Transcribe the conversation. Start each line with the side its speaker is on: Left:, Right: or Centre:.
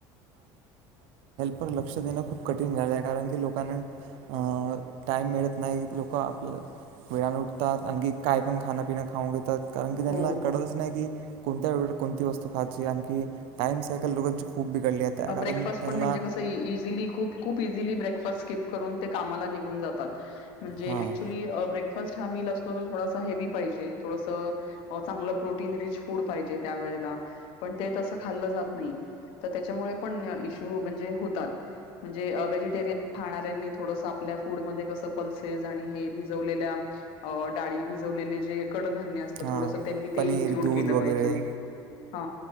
Right: प लक्ष देणं खूप कठीण झालं आहे कारण की लोकांना टाइम मिळत नाही लोक आपलं वेळान उठतात आणखी काय पण खाण्यापिना खाऊन घेतात. कारण की त्यांना
Left: हो
Right: कळतच नाही कि कोणत्या वेळे कोणती वस्तू खायची आणखी <unintelligible> खूप बिघडली आहे त्या कारण
Left: ब्रेकफास
Right: त्यांना
Left: पण म्हणजे कस इझीली खूप खूप इझीली <unintelligible> म्हणजे
Right: हां
Left: ऍक्चुअली ब्रेकफास्ट हा म -- थोडासा हेव्ही पायजे थोडास चांगल प्रोटिन रिच फूड पायजे त्यावेळेला पण ते तस -- खाल्लं जात नाही. तर त्याच्यामुळे पण इश्यू म्हणजे हो -- म्हणजे व्हेजिटेरिय खाणाऱ्यांनी थोडस आपल्या फूड मध्ये कस पल्सेस आणि हे भिजवलेल्या डाळी भिजवले जे कडधान्य असत
Right: हां
Left: थोडस त्यांनी ते
Right: पनीर
Left: इन्क्लूड
Right: दूध
Left: केलं पाहिजे
Right: वगैरे
Left: हा.